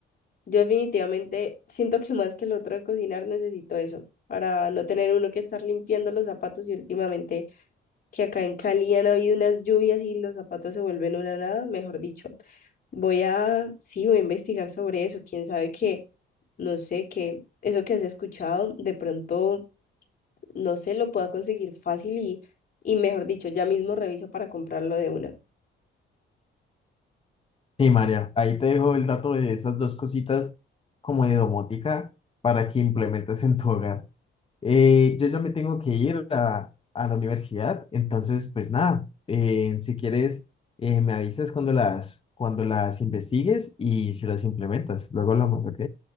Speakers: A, on the left; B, on the left.
A: yo definitivamente siento que más que el otro de cocinar necesito eso, para no tener uno que estar limpiando los zapatos y últimamente que acá en Cali han habido unas lluvias y los zapatos se vuelven una nada, mejor dicho. Voy a, sí, voy a investigar sobre eso. Quién sabe que, no sé, que eso que has escuchado, de pronto, no sé, lo pueda conseguir fácil y, y mejor dicho, ya mismo reviso para comprarlo de una.
B: Sí, María, ahí te dejo el dato de esas dos cositas como de domótica para que implementes en tu hogar. Eh, yo ya me tengo que ir a, a la universidad, entonces pues nada, eh, si quieres eh, me avisas cuando las, cuando las investigues y si las implementas. Luego hablamos, ¿ok?